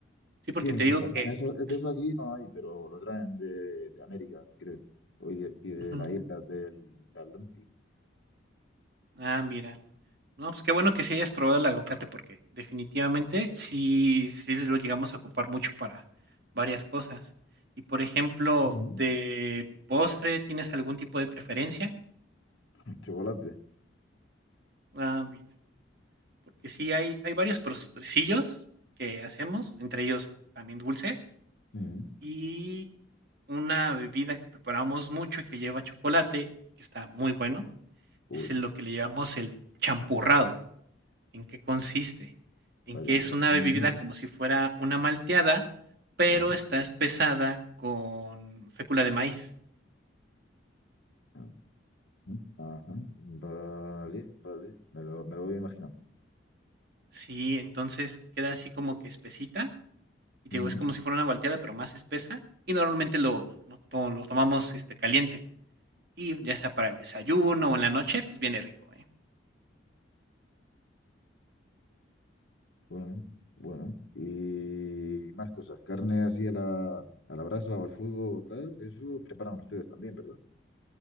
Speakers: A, on the right; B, on the left.
A: Sí, porque
B: Sí, de
A: te
B: importación,
A: digo que...
B: eso, de
A: eh,
B: eso aquí no hay, pero lo traen de, de América, creo, o y de, y de
A: ujú.
B: las islas del Atlántico.
A: Ah, mira. No, pues qué bueno que sí hayas probado el aguacate porque definitivamente sí, sí lo llegamos a ocupar mucho para varias cosas. Y por ejemplo,
B: Ujú.
A: de postre, ¿tienes algún tipo de preferencia?
B: <laughs> Chocolate.
A: Ah, bien. Porque sí hay, hay varios postrecillos que hacemos, entre ellos también dulces,
B: Mm.
A: y una bebida que preparamos mucho y que lleva chocolate, que está muy bueno,
B: Uy,
A: es el- lo que le llamamos el champurrado. ¿En qué consiste? En
B: vaya,
A: que es una
B: vaya
A: bebida
B: nombre.
A: como si fuera una malteada, pero
B: Ajá,
A: está espesada con fécula de maíz.
B: ajá, ajá. Vale, vale, me lo, me lo voy imaginando.
A: Sí, entonces queda así como que espesita. Y te
B: Mm.
A: digo, es como si fuera una malteada, pero más espesa. Y normalmente lo, lo, to- lo tomamos este, caliente. Y ya sea para el desayuno o en la noche, pues viene rico, ¿eh?
B: Bueno, bueno. Y más cosas. Carne así a la, a la brasa o al fuego, tal. Eso preparan ustedes también, ¿verdad?